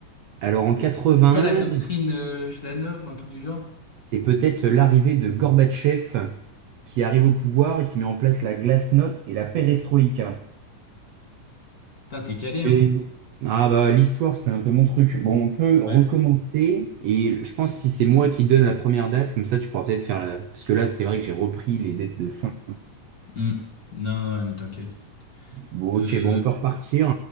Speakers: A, on the right; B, on the left.
A: Alors en 80,
B: C'est pas la doctrine euh, Jdanov ou un truc du genre?
A: c'est peut-être l'arrivée de Gorbatchev qui arrive au pouvoir et qui met en place la glasnost et la perestroïka.
B: Putain, t'es calé, hein?
A: Mais ah bah l'histoire, c'est un peu mon truc. Bon, on peut
B: Ouais.
A: recommencer et je pense si c'est moi qui donne la première date, comme ça tu pourras peut-être faire la... Parce que là, c'est vrai que j'ai repris les dates de fin.
B: Hmm. Non, ouais, mais t'inquiète.
A: Bon,
B: Euh,
A: ok, bon, on peut repartir.